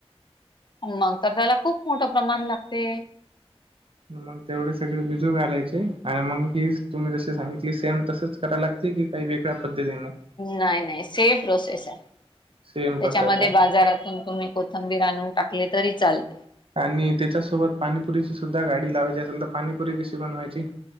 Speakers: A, on the left (about 45°); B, on the right (about 60°).
A: मग तर त्याला खूप मोठं प्रमाण लागते.
B: मग तेवढे सगळे भिजू घालायचे आणि मंग ही तुम्ही जशी सांगितली सेम तसच कराय लागते की काही वेगळ्या पद्धतीने
A: नाही नाही सेम प्रोसेस आहे.
B: सेम
A: त्याच्यामध्ये
B: पद्धत आहे
A: बाजारातून तुम्ही कोथंबीर आणून टाकले तरी चालते.
B: आणि त्याच्यासोबत पाणीपुरीची सुद्धा गाडी लावायची असेल, तर पाणीपुरी कशी बनवायची?